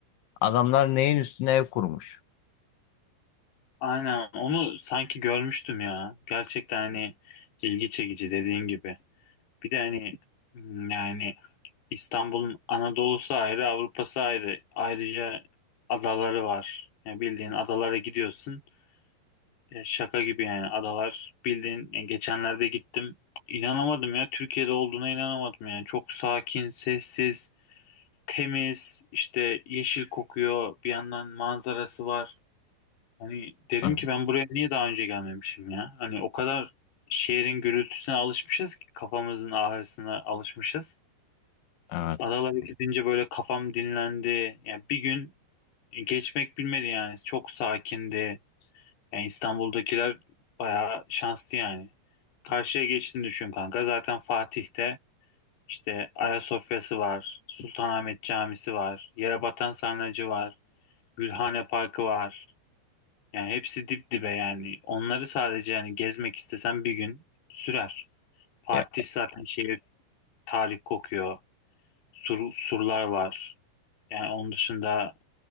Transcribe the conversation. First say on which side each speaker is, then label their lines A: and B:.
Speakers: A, on the left; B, on the left.
A: Adamlar neyin üstüne ev kurmuş?
B: Aynen onu sanki görmüştüm ya. Gerçekten hani ilgi çekici dediğin gibi. Bir de hani hmm, yani İstanbul'un Anadolu'su ayrı, Avrupa'sı ayrı. Ayrıca adaları var. Yani bildiğin adalara gidiyorsun. Ya şaka gibi yani adalar. Bildiğin yani geçenlerde gittim. İnanamadım ya Türkiye'de olduğuna inanamadım yani. Çok sakin, sessiz, temiz, işte yeşil kokuyor. Bir yandan manzarası var. Hani dedim
A: Hı,
B: ki ben buraya niye daha önce gelmemişim ya? Hani o kadar şehrin gürültüsüne alışmışız ki kafamızın ağrısına alışmışız.
A: Evet.
B: Adalara gidince böyle kafam dinlendi. Yani bir gün geçmek bilmedi yani. Çok sakindi. Yani İstanbul'dakiler bayağı şanslı yani. Karşıya geçtiğini düşün kanka. Zaten Fatih'te işte Ayasofya'sı var. Sultanahmet Camisi var. Yerebatan Sarnıcı var. Gülhane Parkı var. Yani hepsi dip dibe yani. Onları sadece yani gezmek istesen bir gün sürer. Fatih
A: Ya,
B: zaten şehir tarih kokuyor. Sur, surlar var. Yani onun dışında